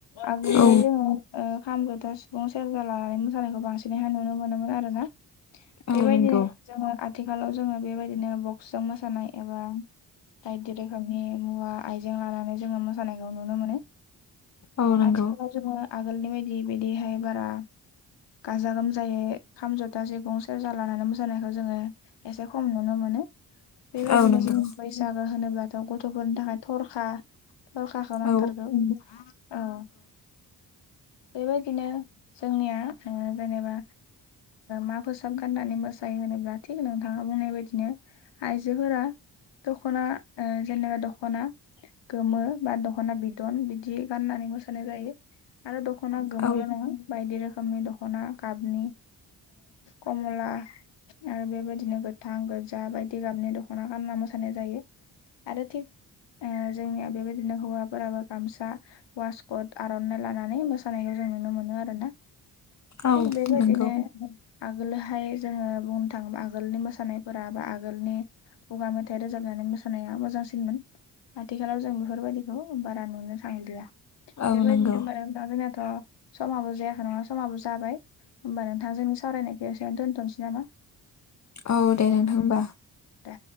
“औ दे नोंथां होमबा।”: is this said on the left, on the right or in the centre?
Left